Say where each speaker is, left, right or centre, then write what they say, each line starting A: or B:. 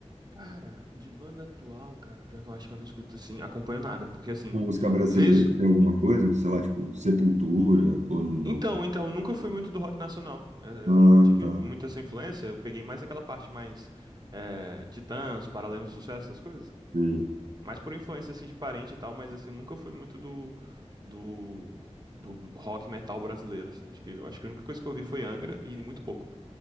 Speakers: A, on the right; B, on the right.
A: Cara, de banda atual, cara, pior que eu acho que eu não escuto assim, acompanho nada, porque assim,
B: Com música brasileira
A: vez.
B: tem alguma coisa? Sei lá, tipo Sepultura ou não?
A: Então, então, nunca fui muito do rock nacional. Eh, Eu
B: Ah,
A: nunca tive
B: tá.
A: muita essa influência. Eu peguei mais aquela parte mais eh, Titãs, Paralamas do Sucesso, essas coisas.
B: Sim.
A: Mais por influência assim de parente e tal, mas assim, nunca fui muito do do do rock metal brasileiro assim. Acho que eu acho que a única coisa que eu ouvi foi Angra e muito pouco.